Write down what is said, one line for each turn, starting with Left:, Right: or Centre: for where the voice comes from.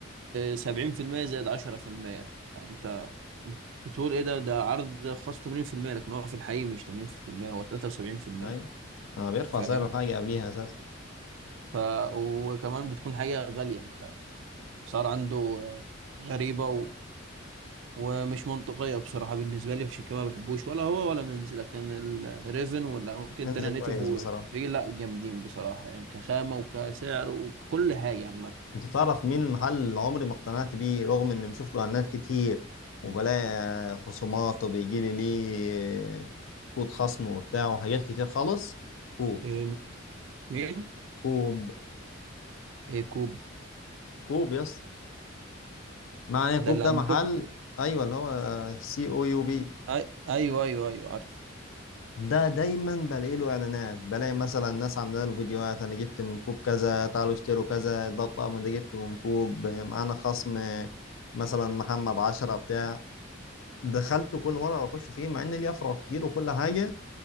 Right: سبعين في المية زائد عشرة في المية انت بت- بتقول ايه ده ده عرض خاص تمانين في المية لكن هو في الحقيقة مش تمانين في المية هو تلاتة وسبعين في المية
Left: اي ما بيرفع
Right: فاهم
Left: سعر الحاجه قبليها اساسا
Right: ف وكمان بتكون حاجة غالية انت صار عنده آه، غريبة ومش منطقية بصراحة بالنسبة لي عشان كده ما بحبوش ولا هو ولا منز لكن الريفن ولا ممكن
Left: منز
Right: التانية
Left: كويس
Right: نيتف و...
Left: بصراحه
Right: إيه، لا جامدين بصراحة يعني كخامة وكسعر وكل حاجة عامة
Left: انت تعرف مين المحل اللي عمري ما اقتنعت بيه رغم اني بشوف له اعلانات كتير وبلاقي خصومات وبيجي لي ليه كود خصم وبتاع وحاجات كتير خالص كوب
Right: إيه، مين مين؟
Left: كوب
Right: إيه كوب
Left: كوب يس معنى إيه كوب
Right: ده اللي
Left: ده
Right: عندكم
Left: محل ايوه اللي هو سي او يو بي
Right: أي... أيوه أيوه أيوه عارف
Left: ده دايما بلاقي له اعلانات بلاقي مثلا ناس عامله له فيديوهات انا جبت من كوب كذا تعالوا اشتروا كذا ده الطقم ده جبته من كوب معانا خصم مثلا محمد عشرة بتاع دخلته كل مره بخش فيه مع ان ليه افرع كتير وكل حاجه